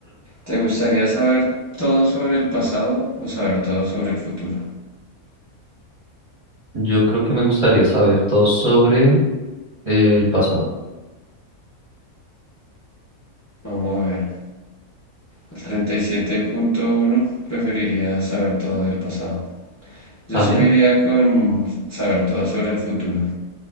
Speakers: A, on the left; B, on the right.
A: ¿Te gustaría saber todo sobre el pasado o saber todo sobre el futuro?
B: Yo creo que me gustaría saber todo sobre eh, el pasado.
A: Vamos a ver. El treinta y siete punto uno preferiría saber todo del pasado. Yo
B: ¿También?
A: sí me iría con saber todo sobre el futuro.